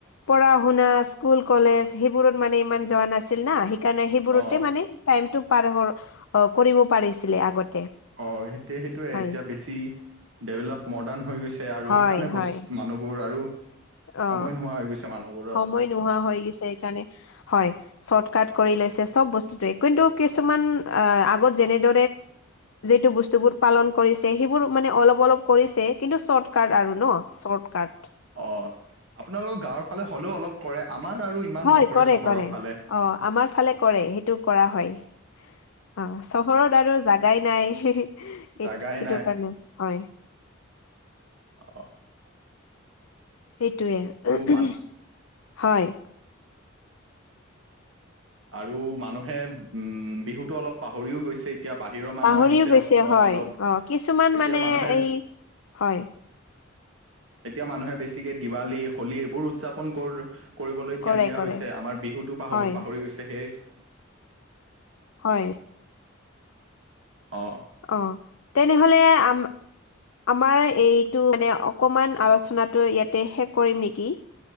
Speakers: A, on the left; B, on the right.
A: পঢ়া শুনা স্কুল কলেজ সেইবোৰত মানে, ইমান যোৱা নাছিল না সেইকাৰণে সেইবোৰতে
B: অ
A: মানে টাইমটো পাৰ হ কৰিব পাৰিছিলে আগতে
B: অ ', সেইটো সেইটোয়ে
A: হয়
B: এতিয়া বেছি ডেভলপ মডাৰ্ণ হৈ গৈছে আৰু
A: হয়
B: সেইকাৰণে
A: হয়
B: মানুহবোৰ আৰু সময়
A: অ
B: নোহোৱা হৈ গৈছে মানুহবোৰ
A: সময় নোহোৱা হৈ গৈছে সেইকাৰণে হয় চৰ্ট কট কৰি লৈছে চব বস্তুটোৱে, কিন্তু কিছুমান আগত যেনেদ য বস্তু পালন কৰিছে সেইবোৰ মানে, অলপ অলপ কৰিছে কিন্তু চৰ্টকাট আৰু ন চৰ্টকাট
B: অ', পোনালোকৰ গাঁৱৰ ফালে হ'লেও অলপ কৰে, আমাৰ আৰু ইমান
A: হয়,
B: নকৰে
A: কৰে,
B: চহৰৰ
A: কৰে,
B: ফালে
A: অ ', আমাৰ ফালে কৰে সেইটো কৰা হয় অ', চহৰত আৰু জাগাই নাই সেই সেইটো
B: জাগাই নাই
A: কাৰণে হয়
B: অহ।
A: সেইটোৱে,
B: মান
A: হয়।
B: আৰু মানুহে উম, বিহুতো অলপ পাহৰিও গৈছে। এতিয়া বাহিৰৰ মানুহ
A: পাহৰিও
B: আহিছে
A: গৈছে
B: অসমত
A: হয়
B: অলপ,
A: অ কিছুমান
B: এতিয়া
A: মানে
B: মানুহে
A: এই হয়
B: এতিয়া মানুহে বেছিকে দিৱালী, হোলী এইবোৰ উদযাপন কৰে। কৰিবলৈ
A: কৰে
B: ধ্যান দিয়া
A: কৰে
B: হৈছে, আমাৰ বিহুতো পাহলি-পাহৰি
A: হয়
B: গৈছে সেইয়া।
A: হয়।
B: অহ।
A: অহ, তেনেহ'লে আম আমাৰ এইটো মানে অকণমান আলোচনাটো ইয়াতে শেষ কৰিম নেকি।